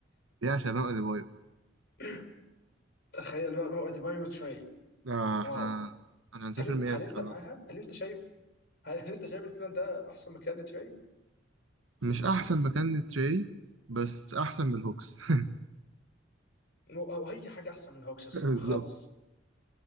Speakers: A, on the right; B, on the left.
A: بيعشق بام اديبايو
B: <laughs> تخيل بقى بقى ديباي وتري
A: لا
B: واو
A: احنا انا هنسافر
B: هل انت
A: ميامي
B: هل انت
A: خلاص
B: معاها هل انت شايف هل, هل انت شايف الفيلم ده احسن مكان لتري
A: مش احسن مكان لتري بس احسن من الهوكس <laughs>
B: مو- او اي حاجه احسن من الهوكس الصراحه
A: بالظبط
B: خالص